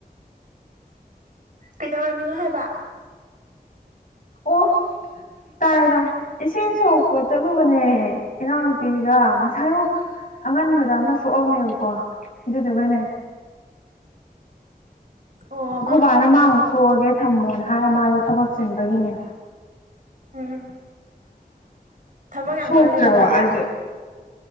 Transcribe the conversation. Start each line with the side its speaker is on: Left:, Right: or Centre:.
Right: ꯀꯩꯗꯧꯔꯝꯃꯤꯅꯣ ꯍꯥꯏꯕ
Left: ꯑꯣ ꯇꯥꯥꯔꯦ ꯇꯥꯔꯦ ꯏꯁꯤꯡ ꯁꯣꯛꯄ ꯆꯠꯂꯨꯕꯅꯦ ꯏꯅꯥꯎꯅꯨꯄꯤꯒ ꯉꯁꯥꯏꯃꯨꯛ ꯑꯉꯟꯕꯗ ꯑꯃ ꯁꯣꯛꯑꯝꯃꯦꯕꯀꯣ ꯑꯗꯨꯗꯨꯒꯅꯦ
Right: ꯑꯣ
Left: ꯈꯣꯏꯕꯥꯅ ꯃꯥ ꯑꯃꯨꯛ ꯁꯣꯛꯑꯒꯦ ꯊꯝꯃꯣꯅ ꯍꯥꯏꯔ ꯃꯥꯗꯣ ꯊꯕꯛ ꯆꯤꯟꯕꯒꯤꯅꯦ
Right: ꯎꯝ ꯊꯕꯛ ꯌꯥꯝ
Left: ꯁꯣꯛꯇ꯭ꯔꯕ
Right: ꯀꯜꯂꯤꯅ ꯑꯗꯨꯗꯤ
Left: ꯑꯗꯨ
Right: ꯑꯣ